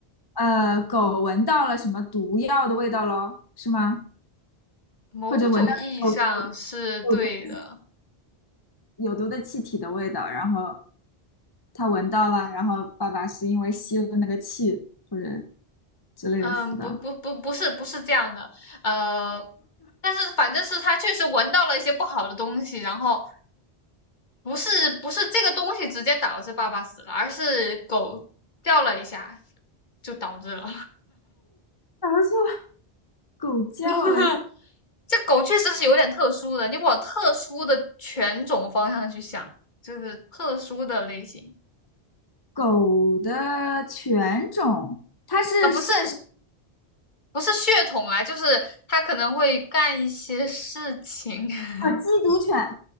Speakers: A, on the left; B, on the left.
A: 呃，狗闻到了什么毒药的味道咯，是吗？
B: 某种意义上是对的。
A: 或者闻到有有毒有毒的气体的味道，然后它闻到了，然后爸爸是因为吸了那个气或者之类的死的。
B: 嗯，不不不，
A: 哦，
B: 不是不是这样的，呃，但是反正是他确实闻到了一些不好的东西，然后不是不是这个东西直接导致爸爸死了，而是狗掉了一下就导致了。
A: 然后说狗叫了一下。
B: <laughs> 这狗确实是有点特殊的，你往特殊的犬种方向去想，就是特殊的类型
A: 狗的犬种，它是现实
B: 啊，不是不是血统啊，就是它可能会干一些事情。<laughs>
A: 哦，缉毒犬